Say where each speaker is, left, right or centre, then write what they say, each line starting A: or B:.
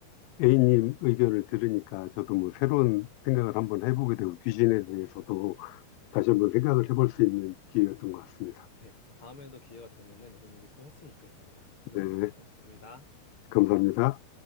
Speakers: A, on the left; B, on the left.
A: A님 의견을 들으니까 저도 뭐 새로운 생각을 한번 해보게 되고 귀신에 대해서도 다시 한번 생각을 해볼 수 있는 기회였던 것 같습니다.
B: 네. 다음에도 기회가 되면은 이런 얘기 또 했으면 좋겠습니다. 오늘
A: 네,
B: 고생 많으셨습니다.
A: 감사합니다.